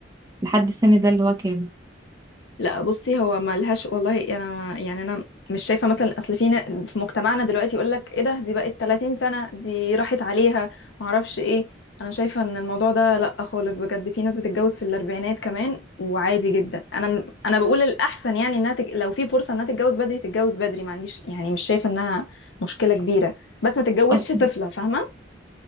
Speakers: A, on the right; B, on the left.
A: لحد السن ده اللي هو كام
B: لا بصي هو ملهاش والله انا يعني انا مش شايفه مثلا اصل في نا- في مجتمعنا دلوقتي يقول لك ايه ده دي بقت 30 سنه دي راحت عليها ما اعرفش ايه انا شايفه ان الموضوع ده لا خالص بجد في ناس بتتجوز في الاربعينات كمان وعادي جدا انا م- انا بقول الاحسن يعني انها تج... لو في فرصه انها تتجوز بدري تتجوز بدري ما عنديش يعني مش شايفه انها مشكله كبيره بس ما تتجوزش
A: اصل
B: طفله فاهمه